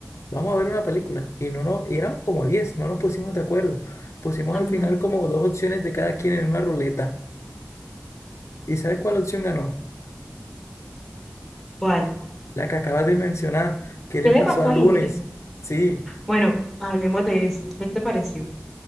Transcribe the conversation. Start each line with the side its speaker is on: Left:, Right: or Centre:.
Left: vamos a ver una película. Y no, no, y éramos como 10, no nos pusimos de acuerdo. Pusimos
Centre: ajá,
Left: al final como dos opciones de cada quien en una ruleta. ¿Y sabes cuál opción ganó?
Centre: ¿cuál?
Left: La que acabas de mencionar. ¿Qué
Centre: ¿Qué
Left: le pasó
Centre: le pasó
Left: a Lunes?
Centre: al lunes?
Left: Sí,
Centre: Bueno, hablemos de eso. ¿Qué te pareció?